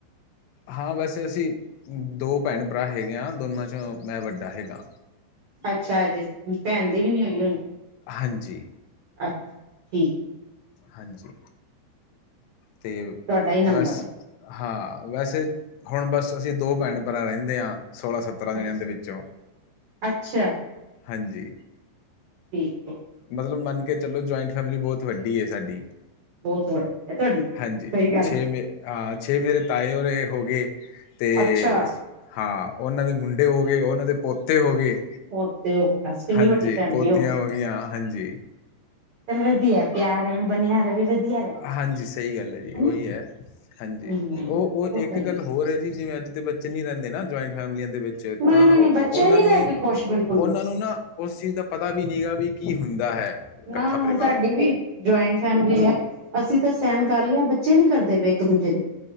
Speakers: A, on the left (about 80°); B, on the right (about 80°).
A: ਹਾਂ, ਬਹ ਅਸੀਂ ਦੋ ਭੈਣ-ਭਰਾ ਹੈਗੇ ਹਾਂ, ਦੋਨਾਂ 'ਚੋਂ ਮੈਂ ਵੱਡਾ ਹੈਗਾ।
B: ਅੱਛਾ ਜੀ, ਭੈਣ ਦੀ ਵੀ ਨੀ ਹੋਈ ਹੋਣੀ।
A: ਹਾਂਜੀ।
B: ਅੱਛਾ, ਠੀਕ।
A: ਹਾਂਜੀ, ਤੇ,
B: ਤੁਹਾਡਾ ਹੀ ਨੰਬਰ
A: ਬਸ
B: ਹੈ
A: ਹਾਂ, ਵੈਸੇ ਹੁਣ ਬਸ ਅਸੀਂ ਦੋ ਭੈਣ-ਭਰਾ ਰਹਿੰਦੇ ਹਾਂ, ਸੋਲਾਂ-ਸੱਤ ਤਰ੍ਹਾਂ ਜਣਿਆਂ
B: ਅੱਛਾ
A: ਦੇ ਵਿੱਚੋਂ,
B: ਅੱਛਾ
A: ਹਾਂਜੀ।
B: ਠੀਕ
A: ਮਤਲਬ ਮੰਨ ਕੇ ਚਲੋ, ਜੁਆਇੰਟ ਫੈਮਿਲੀ ਬਹੁਤ ਵੱਡੀ ਹੈ, ਸਾਡੀ।
B: ਬਹੁਤ ਵੱਡੀ ਹੈ ਤੁਹਾਡੀ
A: ਹਾਂਜੀ,
B: ਸਹੀ ਗੱਲ
A: ਛੇ ਮੇ ਹਾਂ, ਛੇ ਮੇਰੇ ਤਾਏ ਰੇ ਹੋ ਗਏ, ਤੇ
B: ਹੈ ਅੱਛਾ
A: ਹਾਂ, ਓਨਾਂ ਦੇ ਮੁੰਡੇ ਹੋ ਗਏ, ਓਨਾਂ ਦੇ ਪੋਤੇ ਹੋ ਗੇ।
B: ਉਹ ਤੇ ਉਹ ਦੱਸ ਕਿੰਨੀ
A: ਹਾਂਜੀ,
B: ਵੱਡੀ ਫੈਮਿਲੀ
A: ਪੋਤੀਆਂ
B: ਗਈ
A: ਹੋ ਗੀਆਂ, ਹਾਂਜੀ।
B: ਚੱਲ ਵਧੀਆ, ਪੇਆਰ ਐਂਵੇ ਬਨਿਆ ਰਵੇ ਵਧੀਆ। ਰਹਿੰਦਾ
A: ਹਾਂਜੀ, ਸਈ ਗੱਲ ਐ ਜੀ
B: ਹਨਾ
A: ਓਈ ਐ। ਹਾਂਜੀ,
B: ਹਮ
A: ਓ -ਓ
B: ਬਹੁਤ
A: ਇੱਕ
B: ਵਧੀਆ
A: ਗੱਲ ਹੋਰ ਐ ਜੀ, ਜਿਵੇਂ, ਅੱਜ ਦੇ ਬੱ ਚ ਨੀ ਰਹਿੰਦੇ ਨਾ ਜੁਆਇੰਟ ਫੈਮਲੀਆਂ ਦੇ ਵਿੱਚ
B: ਨਹੀਂ
A: ਤਾਂ
B: ਨਹੀਂ ਨਹੀਂ ਬੱਚੇ
A: ਓਨਾ
B: ਨੀ
A: ਨੂੰ
B: ਰਹਿ ਕੇ ਖੁਸ਼ ਬਿਲਕੁਲ ਵੀ
A: ਓਨਾ ਨੂੰ ਨਾ ਉਸ ਚੀਜ਼ ਦਾ ਪਤਾ ਵੀ ਨੀ ਗਾ ਬੀ ਕੀ ਹੁੰਦਾ ਹੈ? ਇਕੱਠਾ
B: ਨਾ
A: ਪਰਿਵਾਰ
B: ਹੁਣ ਸਾਡੀ ਵੀ ਜੁਆਇੰਟ ਫੈਮਿਲੀ ਐ। ਅਸੀਂ ਤਾਂ ਸੈਣ ਕਰ ਲਯਾ ਬੱਚੇ ਨੀ ਕਰਦੇ ਪਏ ਇੱਕ-ਦੂਜੇ ਦੀ